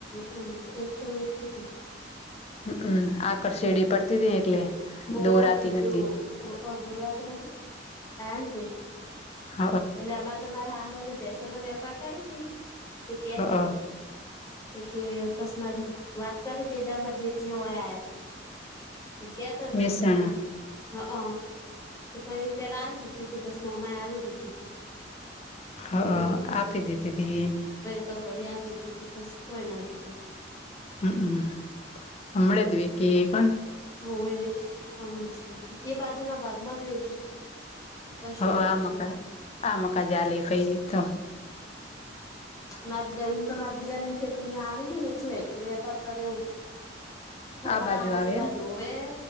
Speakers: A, on the left; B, on the left.
A: હઅં એક તો વેચી દીધી
B: હઅં આકળ શેડી પડતી હતી એટલે
A: હોવા
B: દોરાતી
A: કીધું
B: નથી
A: ઓહો દોરાતી નથી
B: હ
A: <unintelligible> તમારા હાહરો ને ભેંસોનો વેપાર કરિહી તે કેતો
B: હ
A: તો તે કે બસ મારે વાત કરી હતી એટલામાં જેઠને <unintelligible> આયા તા તે કેતા <unintelligible>
B: મહેસાણા
A: હ અ તે પછી પેલા આલી <unintelligible>
B: હ
A: <unintelligible>
B: આપી દીધી હતી
A: તો ઘડિયાલ દીધી તી બસ કોઈ ના કીધું
B: હમમ <unintelligible>
A: ઓ એ હમણા જ ગયતી એ બાજુના ભાગમાં જ વેઈ ગઈ કે કશું
B: હ
A: હો
B: આ
A: તો
B: મકા
A: હમ
B: આ મકા જાલે પઈ તો
A: મારેમ તો મારા દિયાને છેઠ અહયા આવી હ ને એટલે વેપાર કરે એવું થોરાની
B: આ બાજુ આવે
A: બાજુ
B: એમ
A: એ